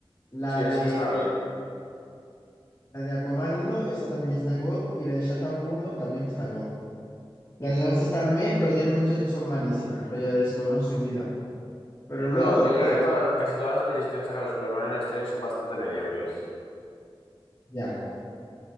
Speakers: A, on the left; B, on the left.
A: La
B: Sí, eso
A: de,
B: está bien.
A: la de Aquaman uno esa también está God, y la de Shazam uno también está God. Las demás están meh, pero tienen muchas que son malísimas, rollo del Escuadrón Suicida. Pero
B: Bro,
A: luego,
B: yo creo
A: eh,
B: que todas- casi todas las pelis que han sacado de Superman en la historia son bastante mediocres.
A: ya,